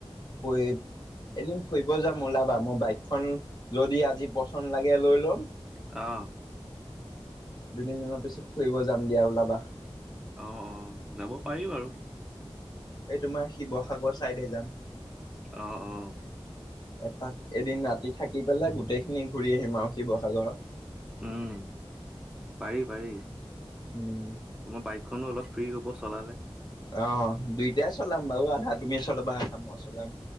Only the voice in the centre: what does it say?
অ',
অ', অ', যাব পাৰি বাৰু।
অ', অ',
উম, পাৰি-পাৰি।
মোৰ বাইকখনো অলপ ফ্ৰী হ'ব চলালে।